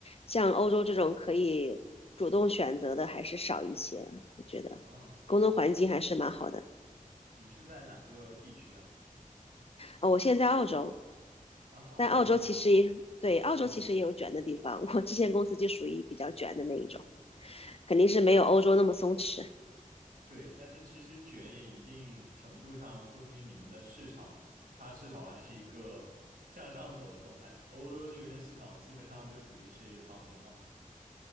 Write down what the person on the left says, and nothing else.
像欧洲这种可以主动选择的还是少一些，我觉得工作环境还是蛮好的。
啊、哦我现在在澳洲，
但澳洲其实也对，澳洲其实也有卷的地方。
我之前公司就属于比较卷的那一种，肯定是没有欧洲那么松弛。